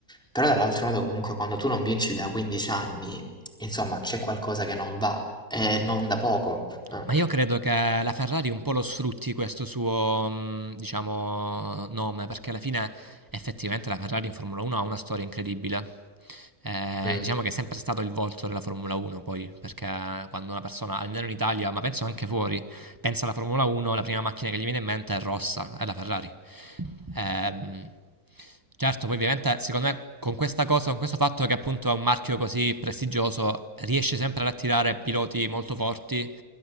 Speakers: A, in the centre; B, on the right.
A: Però dall'altro lato comunque quando tu non vinci da 15 anni, insomma, c'è qualcosa che non va e non da poco. Eh,
B: Ma io credo che la Ferrari un po' lo sfrutti questo suo, mh, diciamo, nome, perché alla fine effettivamente la Ferrari in Formula 1 ha una storia incredibile. Eh,
A: mm,
B: diciamo che è sempre stato il volto della Formula 1, poi, perché quando una persona, almeno in Italia, ma penso anche fuori, pensa alla Formula 1, la prima macchina che gli viene in mente è rossa, è la Ferrari. Ehm, certo, poi ovviamente secondo me con questa cosa, con questo fatto che appunto è un marchio così prestigioso, riesce sempre ad attirare piloti molto forti.